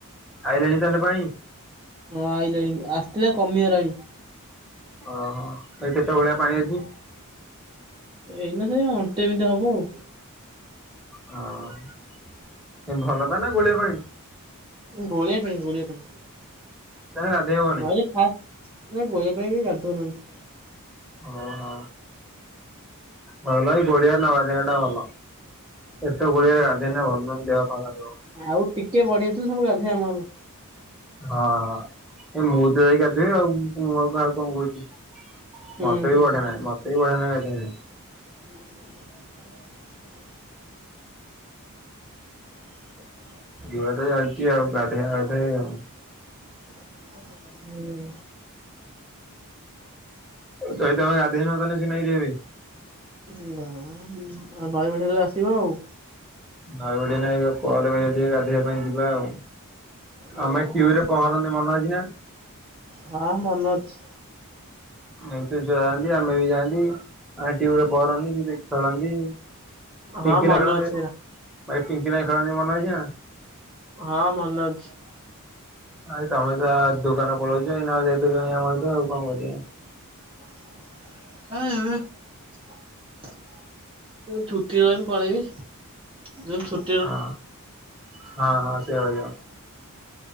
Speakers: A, in the centre; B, on the right.
A: ଆଇିଲାଣି ତାହେଲେ ପାଣି
B: ହଁ ଆଇିଲାଣି ଆସିଥିଲା କମିଗଲାଣି
A: ଓହୋ ଏ କେତେ ଭଳିଆ ପାଣି ଅଛି
B: ଏଇନା ସେ ଅଣ୍ଟେ ବିଟେ ହବ ଆଉ
A: ହଁ ଭଲ ପାଣି ନା ଗୋଳିଆ ପାଣି
B: ଗୋଳିଆ ପାଣି ଗୋଳିଆ ପାଣି
A: ତାହେଲେ ଗାଧେଇ ହବ ନାଇଁ
B: ନଇ ରେ ହାତ୍ ନା ଗୋଳିଆ ପାଇଁ କିଏ ଗାଧଉନାହାନ୍ତି
A: ଓହୋ ଭଲ ଏଇ ଗୋଳିିଆରେ ନଗାଧେଇବା ଟା ଭଲ ଏତେ ଗୁଳିଆରେ ଗାଧେଇନେ ଭଲ ନୁହ ଦେହ ଖରାପ ହେବ
B: ଆଉ ଟିକେ ବଢ଼େଇ ଥିଲେ ସବୁ ଗାଧୋଇଆ ଆମର
A: ହଁ ହଁ ଏ ମୁଁ ତ ଯାଇ ଗାଧେଇବି ଆଉ ମୁଁ କାହାକୁ କଣ କହୁଛି
B: ହୁଁ
A: ମତେ
B: ହୁଁ
A: ବି ବଢ଼ିଆ ନାଗେ ମତେ ବି ବଢ଼ିଆ ନାଗେ ଗାଧେଇବାକୁ
B: <inaudible> <inaudible>
A: ଧିବା ଯାଉଛି ଆଉ ଗାଧେଇଆ ଗାଧ ଆଉ
B: ହୁଁ
A: ଭାଇ ତମେ ଗାଧୋଇନ ତାଲେ ସେ ନଇ <unintelligible> ଏବେ
B: ନା ନଈ ବଢ଼ି ଗଲେ ଆସିବ ଆଉ
A: ନଈ ବଡିଆ ନାଇଁ କଲ କରିବା ଟିକ ଗାଧୋଇବା ପାଇଁ ଯିବା ଆଉ
B: ହଁ
A: ଆମେ ଟିଉ ରେ ପହଁରନ୍ତି ମନେ ଅଛି ନା
B: ହଁ ମନେ ଅଛି
A: ଏ ତ ଯାଆନ୍ତି ଆମେ ବି ଯାଆନ୍ତି ଆଁ ଟିଉରେ ପହଁରନ୍ତିି ସେ ଖେଳନ୍ତି
B: ହଁ
A: ଟିଙ୍କି
B: ମନେ
A: ଲ ଖେ
B: ଅଛି ହେରା
A: ଭାଇ ଟିଙ୍କି ଲାଇ ଖେଳନ୍ତି ମନ ଇଛା
B: ହଁ ମନେ ଅଛି
A: ଭାଇ ତମେ ତ ଦୁକାନ ପଳଉଛ ଏଇନା ଆଉ ଯାଇପାରିବନି ଆମ ତ ଆଉ କଣ କର
B: <unintelligible> ପଳେଇବି ଯଛୁ
A: ଆ ହଁ ହଁ ସେବା ହେବ